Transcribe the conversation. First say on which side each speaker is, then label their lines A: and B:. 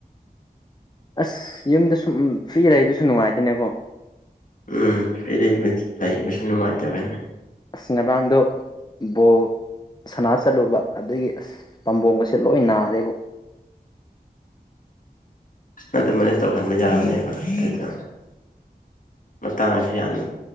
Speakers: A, on the left; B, on the left.
A: ꯑꯁ ꯌꯨꯝꯗ ꯁꯨꯝ ꯐ꯭ꯔꯤ ꯂꯩꯗꯨꯁꯨ ꯅꯨꯡꯉꯥꯏꯇꯦꯅꯦꯀꯣ
B: ꯎꯝ ꯐꯔꯤ ꯂꯩ ꯂꯩꯕꯁꯨ ꯅꯨꯡꯉꯥꯏ ꯇꯕ
A: ꯑꯁ ꯉꯔꯥꯡꯗꯣ ꯕꯣꯜ ꯁꯅꯥ ꯆꯠꯂꯨꯕ ꯑꯗꯨꯒꯤ ꯑꯁ ꯄꯥꯝꯕꯣꯕꯁꯦ ꯂꯣꯏ ꯅꯥꯔꯦꯕꯨ
B: ꯑꯗꯨ ꯃꯅꯦꯁ ꯇꯧꯍꯟꯕ ꯌꯥꯕꯅꯦꯕ ꯑꯗꯨ ꯃꯇꯥꯡꯁꯤ ꯌꯥꯝꯅ